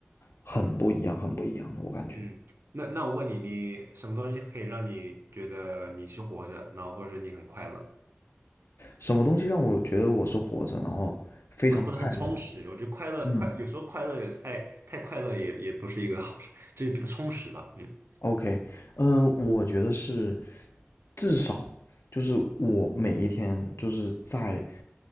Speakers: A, on the left; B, on the right.
A: 很不一样，很不一样的，我感觉。
B: 嗯，那那我问你，你什么东西可以让你觉得你是活着，然后或者说你很快乐，
A: 什么东西让我觉得我是活着，然后非常快乐？
B: 或者或者很充实？我觉得快乐快有时候快乐也是太太快乐也也不是一个好事，
A: 嗯
B: 就是比较充实吧。嗯
A: ，OK，嗯，我觉得是至少就是我每一天就是在